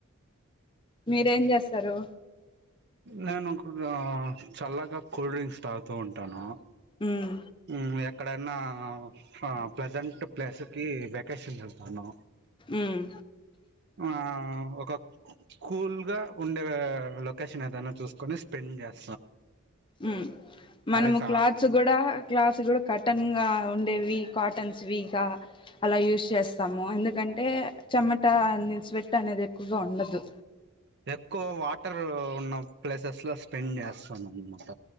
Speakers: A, on the left; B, on the right.
A: మీరేం చేస్తారు
B: నేను ఒక చల్లగా కూల్ డ్రింక్స్ తాగుతూ ఉంటాను
A: ఉమ్
B: హ్మ్ ఎక్కడన్న అ ప్లీజంట్ ప్లస్ కి వె <unintelligible> పోను
A: ఉమ్
B: ఆ ఒక కూల్గా ఉండే లొకేషన్ ఏదైనా చూసుకని స్పెండ్ చేస్
A: హ్మ్ మనము
B: అది ఫ
A: క్లోత్స్ కూడా క్లోత్ కూడా కటన్ గా ఉండేవి కాటన్స్ విగా అలా యూస్ చేస్తాం ఎందుకంటే చెమట అని స్వెట్ అనేది ఎక్కువగా ఉండదు
B: ఎక్కువ వాటర్ ఉన్న ప్లేసెస్ లో స్పెండ్ చేస్తాం అన్నమాట